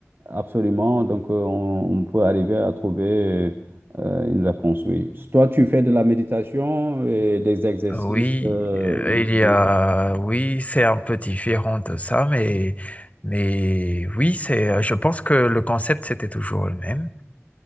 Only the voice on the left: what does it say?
oui,
euh,
il
y a oui, c'est un peu différent de ça, mais mais oui, c'est. euh, Je pense que le concept c'était toujours le même.